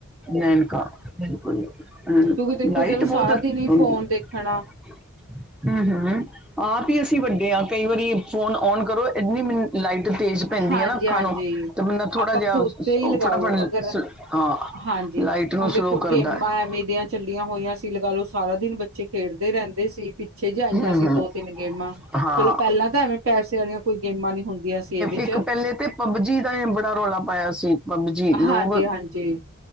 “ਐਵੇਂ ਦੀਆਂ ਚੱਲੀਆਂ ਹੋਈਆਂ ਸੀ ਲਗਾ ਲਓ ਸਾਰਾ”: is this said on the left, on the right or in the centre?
Right